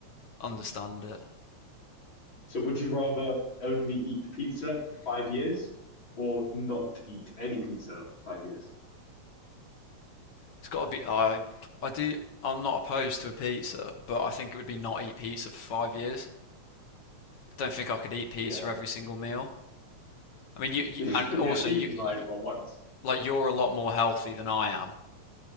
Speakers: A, on the left; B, on the left.
A: understand it.
B: So would you rather only eat pizza for five years or not eat any pizza for five years?
A: It's got to be. I I do. I'm not opposed to a pizza, but I think it would be not eat pizza for five years. I don't think I could eat pizza
B: Yeah.
A: every single meal. I mean, you, you
B: <laughs>
A: and
B: Yeah,
A: also
B: pizza's
A: you
B: nice,
A: you
B: but once.
A: like you're a lot more healthy than I am,